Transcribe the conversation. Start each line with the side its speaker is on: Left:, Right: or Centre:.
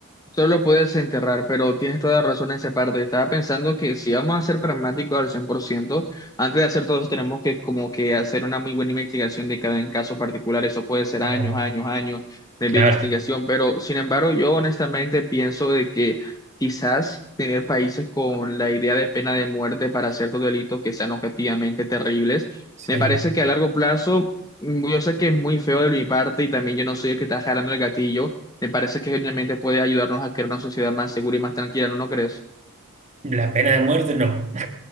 Left: Solo puedes enterrar, pero tienes toda la razón en esa parte. Estaba pensando que si vamos a ser pragmáticos al 100%, antes de hacer todo eso tenemos que como que hacer una muy buena investigación de cada en caso particular. Eso puede ser
Right: Ah,
Left: años, años, años de
Right: claro,
Left: investigación, pero sin embargo yo honestamente pienso de que quizás tener países con la idea de pena de muerte para ciertos delitos que sean objetivamente terribles,
Right: sí.
Left: me parece que a largo plazo, mm, yo sé que es muy feo de mi parte y también yo no soy el que está jalando el gatillo me parece que genialmente puede ayudarnos a crear una sociedad más segura y más tranquila, ¿no, no crees?
Right: La pena de muerte no.